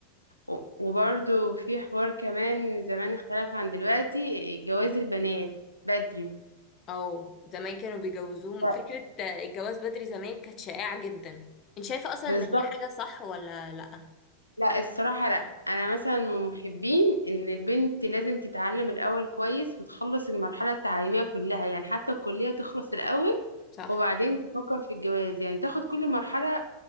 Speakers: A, on the left; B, on the left.
A: و- وبرضو في حوار كمان زمان اختلف عن دلوقتي جواز البنات بدري
B: او زمان كانوا بيجوزوهم
A: ف-
B: فكرة الجواز بدري زمان كانت شائعة جدا انت شايفة اصلا
A: بالظبط
B: ان هي حاجة صح ولا لأ
A: لا الصراحة لا أنا مثلا من محبين إن البنت لازم تتعلم الأول كويس وتخلص المرحلة التعليمية كلها يعني حتى الكلية تخلص الأول
B: صح
A: وبعدين تفكر في الجواز يعني تاخد كل مرحلة